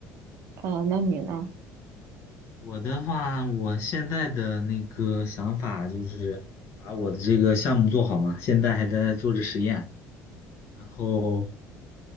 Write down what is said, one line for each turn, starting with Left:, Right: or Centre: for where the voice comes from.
Right: 呃，那你呢？
Left: 我的话，我现在的那个想法就是把我的这个项目做好嘛，现在还在做着实验，然后